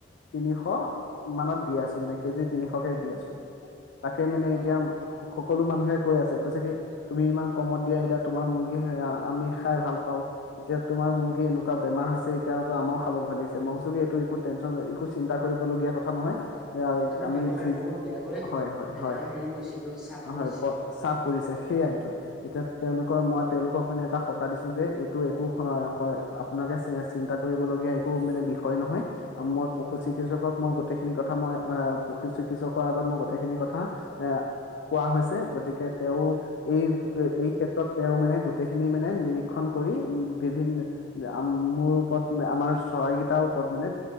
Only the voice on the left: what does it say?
তিনিশ মানত দি আছো মানে কেজি তিনিশকে দি আছো তাকে মানে এতিয়া
সকলো মানুহে কৈ আছে কৈছে কি তুমি ইমান কমত দিয়া এতিয়া তোমাৰ মুৰ্গী হেৰা আমি খাই ভাল পাও। এতিয়া তোমাৰ মুৰ্গী এনেকুৱা বেমাৰ হৈছে, এতিয়া আমাৰো খাব ভয় লাগিছে মই কৈছো কি এইটো একো টেনচন একো চিন্তা কৰিবলগীয়া কথা নহয়
আমি
যি
হয় হয় হয়
হয় প- চাপ পৰিছে সেইয়াইটো এতিয়া তেওঁলোকৰ মই তেওঁলোকক মানে এটা শক্ত দিছো যে, এইটো একো আপোনাকে চিন্তা কৰিবলগীয়া একো মানে বিষয় নহয়, আৰু মই পশু
চিকিৎসকক
মই গোট গোটেইখিনি কথা মই আহ পশু চিকিৎসকৰ আগত মই গোটেইখিনি কথা এ কোৱা হৈছে, গতিকে তেওঁ, এই এই ক্ষেত্ৰত তেওঁ মানে গোটেইখিনি মানে নিৰীক্ষণ কৰি বিভিন্ন মোৰ ওপৰত ম আমাৰ চৰাইকেইটাৰ ওপৰত মানে